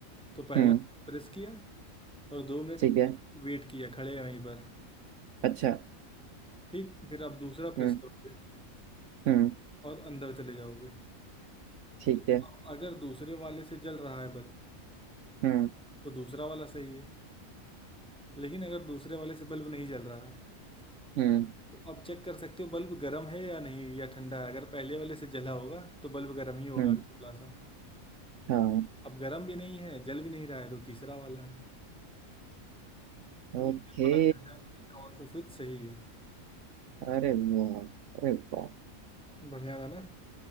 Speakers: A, in the centre; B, on the right.
A: तो पहला
B: हम्म
A: प्रेस किया और दो मिनट
B: ठीक
A: तक
B: है
A: वेट किया खड़े वहीं पर
B: अच्छा
A: ठीक फिर आप दूसरा प्रेस
B: हम्म
A: करोगे
B: हम्म
A: और अंदर चले जाओगे
B: ठीक
A: तो अब
B: है
A: अगर दूसरे वाले से जल रहा है बल्ब
B: हम्म
A: तो दूसरा वाला सही है लेकिन अगर दूसरे वाले से बल्ब नहीं जल रहा है
B: हम्म
A: तो आप चेक कर सकते हो बल्ब गर्म है या नहीं या ठंडा है अगर पहले वाले से जला होगा तो बल्ब गर्म ही होगा
B: हम्म
A: अभी थोड़ा सा
B: हाँ
A: अब गर्म भी नहीं है जल भी नहीं रहा है तो तीसरा वाला है तो
B: ओके
A: इससे पता चल जाए कि कौन सा स्विच सही है
B: अरे वाह अरे वाह
A: बढ़िया था ना